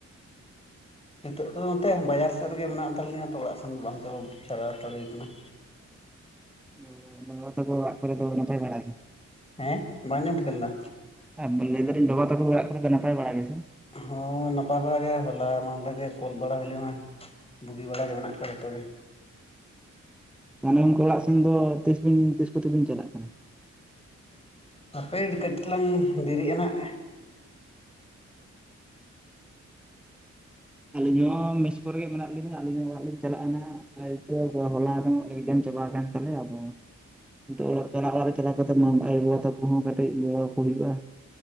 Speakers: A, on the left (about 20°); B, in the centre.
A: ᱱᱤᱛᱚᱜ ᱫᱚ ᱱᱚᱛᱮ ᱵᱟᱡᱟᱨ ᱥᱮᱫ ᱨᱮᱜᱮ ᱢᱮᱱᱟᱜ ᱦᱟᱛᱟᱲ ᱞᱤᱧᱟ᱾ ᱛᱚ ᱚᱲᱟᱜ ᱥᱮᱱ ᱫᱚ ᱵᱟᱝ ᱪᱟᱞᱟ ᱪᱟᱞᱟᱣ ᱦᱟᱛᱟᱲ ᱦᱩᱭ ᱠᱟᱱᱟ।
B: ᱚ ᱵᱟᱝᱞᱟ ᱛᱟᱠᱚ ᱚᱲᱟᱜ ᱠᱚᱨᱮ ᱫᱚ ᱱᱟᱯᱟᱭ ᱵᱟᱲᱟ ᱜᱮ?
A: ᱦᱮᱸ ᱵᱟᱝ ᱟᱸᱡᱚᱢ ᱴᱷᱤᱠᱟᱹ ᱞᱮᱱᱟ?
B: ᱮᱜ ᱞᱟᱹᱭᱫᱟᱞᱤᱧ ᱵᱟᱵᱟ ᱛᱟᱠᱚ ᱫᱚ ᱚᱱᱟᱜ ᱠᱚᱨᱮ ᱫᱚ ᱱᱟᱯᱟᱭ ᱵᱟᱲᱟ ᱜᱮ ᱥᱮ?
A: ᱦᱚᱸ ᱱᱟᱯᱟᱭ ᱵᱟᱲᱟ ᱜᱮ ᱦᱚᱞᱟ ᱢᱟᱦᱫᱷᱮᱨ ᱜᱮ ᱠᱳᱞ ᱵᱚᱲᱟ ᱦᱚᱭ ᱞᱮᱱᱟ। ᱵᱩᱜᱤ ᱵᱟᱲᱟ ᱜᱮ ᱢᱮᱱᱟᱜ ᱠᱚᱣᱟ ᱡᱷᱚᱛᱚᱜᱮ।
B: ᱛᱟᱦᱟᱞᱮ ᱜᱚᱝᱠᱮ ᱚᱲᱟᱜ ᱥᱮᱱ ᱫᱚ ᱛᱤᱥ ᱵᱤᱱ ᱛᱤᱥ ᱠᱚᱛᱮ ᱵᱤᱱ ᱪᱟᱞᱟᱜ ᱠᱟᱱᱟ?
A: ᱦᱟᱯᱮ ᱠᱟᱹᱴᱤᱡ ᱛᱟᱞᱟᱝ ᱫᱤᱨᱤᱟᱱᱟ ᱱᱟᱦᱟᱜ।
B: ᱟᱹᱞᱤᱧ ᱦᱚᱸ ᱢᱮᱥ ᱠᱚᱨᱮ ᱜᱮ ᱢᱮᱱᱟᱜ ᱞᱤᱧᱟᱹ᱾ ᱟᱹᱞᱤᱧ ᱦᱚᱸ ᱚᱲᱟᱜ ᱞᱤᱧ ᱪᱟᱞᱟᱜᱼᱟ ᱱᱟᱦᱟᱜ। <unintelligible> ᱦᱚᱞᱟ ᱫᱚ ᱮᱠᱡᱟᱢ ᱪᱟᱵᱟ ᱠᱟᱱᱟᱱ ᱛᱟᱞᱮᱭᱟ᱾ ᱟᱫᱚ ᱱᱤᱛᱚᱜ ᱚᱲᱟᱜ ᱪᱟᱞᱟᱜ ᱚᱲᱟᱜ ᱨᱮ ᱪᱟᱞᱟᱣ ᱠᱟᱛᱮᱜ ᱢᱟ ᱟᱭᱳᱼᱵᱟᱵᱟ ᱛᱟᱠᱚ ᱦᱚᱸ ᱠᱟᱹᱴᱤᱡ ᱜᱚᱲᱚ ᱟᱠᱚ ᱦᱩᱭᱩᱜᱼᱟ।